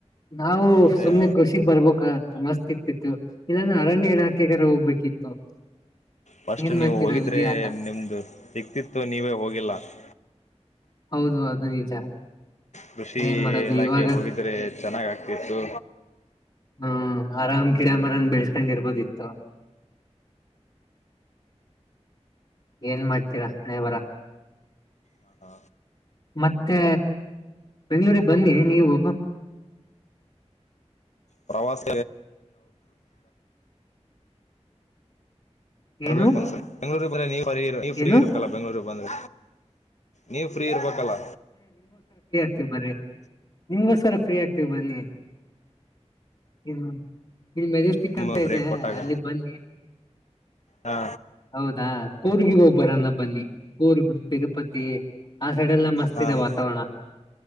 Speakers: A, on the left (about 45°); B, on the left (about 80°).
A: ನಾವು
B: ಅದೇ
A: ಸುಮ್ನೆ ಕೃಷಿ ಬರ್ಬೇಕ ಮಸ್ತ್ ಇರ್ತಿತ್ತು ಇಲ್ಲಂದ ಅರಣ್ಯ ಇಲಾಖೆ ಅದ್ರು ಹೋಗ್ಬೇಕಿತ್ತು
B: ಫಸ್ಟ್
A: ಏನ್
B: ನೀವು
A: ಮಾಡ್ತೀರಾ
B: ಹೋಗಿದ್ರೆ
A: ವಿಧಿ ಆಟ
B: ನಿಮ್ದು ಸಿಕ್ತಿತ್ತು ನೀವೇ ಹೋಗಿಲ್ಲ ಹೂ
A: ಹೌದು ಅದು ನಿಜ
B: ಕೃಷಿ
A: ಏನ್ ಮಾಡೋದು
B: ಇಲಾಖೆ
A: ಇವಾಗ
B: ಹೋಗಿದ್ರೆ ಚೆನ್ನಾಗ ಆಗ್ತಿತ್ತು
A: ಹ್ಮ್ ಆರಾಮ್ ಕಿರಾಮರನ್ ಬೆಳ್ಸ್ಕೊಂಡ್ ಇರ್ಬೋದಿತ್ತು ಏನ್ ಮಾಡ್ತೀರಾ ಹಣೆ ಬರ
B: ಹ ಹಾ
A: ಮತ್ತೆ ಬೆಂಗಳೂರು ಗೆ ಬನ್ನಿ ನೀವು
B: ಪ್ರವಾಸ ಬರ್ಬೇಕು
A: ಏನು
B: ಒನ್ಸಲ್ ಬೆಂಗಳೂರು ಮಲೆ ನೀವು ಫ್ರೀ
A: ಏನು
B: ಇರಬೇಕಾ ಅಲ್ಲ ನೀವು ಬೆಂಗಳೂರ್ ಬಂದ್ರ ನೀವು ಫ್ರೀ ಇರ್ಬೇಕಲ್ಲ
A: ನೀವು ಬರ್ರಿ ನಿಂಗ್ಸ್ಕರ ಫ್ರೀ ಆಗ್ತೀವಿ ಬನ್ನಿ ಹೂ ಇಲ್ಲಿ ಮೆಜೆಸ್ಟಿಕ್
B: ನಿಮ್ಮ
A: ಅಂತ
B: ಬ್ರೇಕ್
A: ಇದೆ
B: ಕೊಟ್ಟಾಗ
A: ಅಲ್ಲಿ ಬನ್ನಿ
B: ಹಾ
A: ಹೌದಾ ಕೂರ್ಗ ಹೋಗಬರನ್ನ ಬನ್ನಿ ಊರು ತಿರುಪತಿ ಆ ಸೈಡ್ ಎಲ್ಲಾ ಮಸ್ತ್
B: ಹಾಂ
A: ಇದೆ ವಾತಾವರಣ